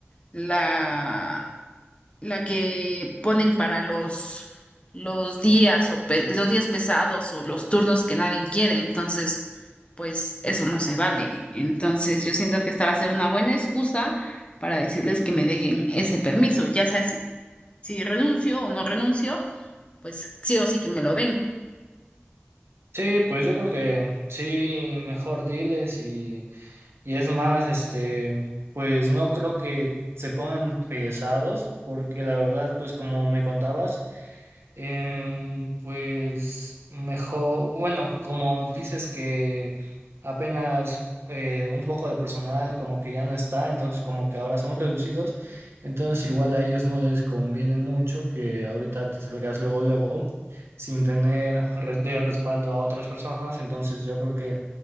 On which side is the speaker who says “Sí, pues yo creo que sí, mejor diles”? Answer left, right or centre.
Right